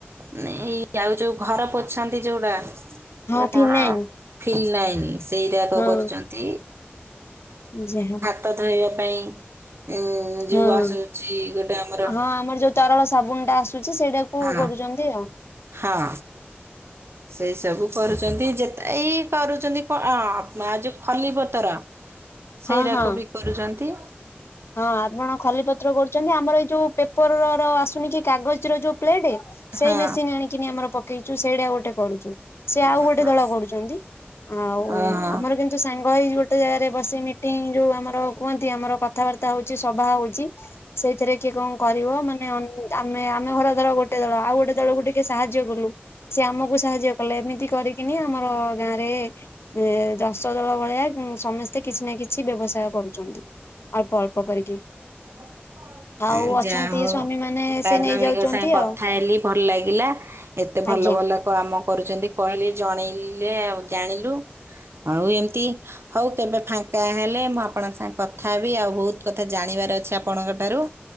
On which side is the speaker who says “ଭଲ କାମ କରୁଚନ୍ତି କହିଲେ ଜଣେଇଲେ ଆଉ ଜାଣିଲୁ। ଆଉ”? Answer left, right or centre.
Right